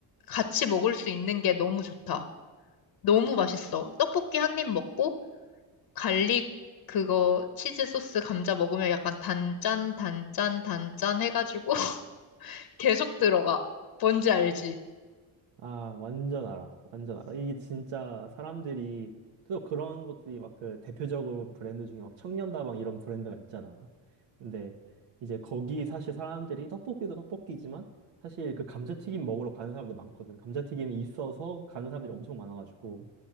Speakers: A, on the left; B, on the right.
A: 같이 먹을 수 있는 게 너무 좋다. 너무 맛있어. 떡볶이 한 입 먹고 갈릭 그거 치즈 소스 감자 먹으면 약간 단짠 단짠 단짠 해가지고 <laughs> 계속 들어가. 뭔지 알지?
B: 아, 완전 알아. 완전 알아. 이게 진짜 사람들이, 또 그런 것들이 막 그 대표적으로 브랜드 중에 막 청년다방 이런 브랜드가 있잖아. 근데 이제 거기 사실 사람들이 떡볶이도 떡볶이지만 사실 그 감자튀김 먹으러 가는 사람도 많거든. 감자튀김이 있어서 가는 사람들이 엄청 많아가지고.